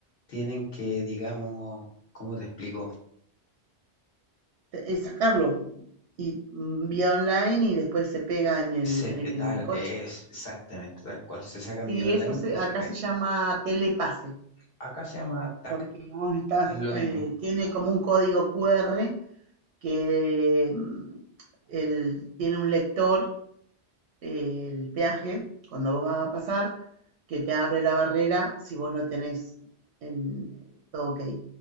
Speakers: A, on the left (about 60°); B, on the right (about 85°).
A: tienen que, digamos, ¿cómo te explico?
B: te- es sacarlo y mm, vía online y después se pega en el,
A: Se,
B: en
A: tal,
B: el, en el coche.
A: es exactamente tal cual, se sacan
B: Sí,
A: vía online
B: eso se-
A: y
B: acá
A: se pegan.
B: se llama telepase.
A: Acá se llama TAC,
B: porque vos estás,
A: es lo
B: eh,
A: mismo.
B: tiene como un código QR que mm, el- tiene un lector, eh, el peaje, cuando vos vas a pasar, que te abre la barrera si vos lo tenés en eh, todo ok.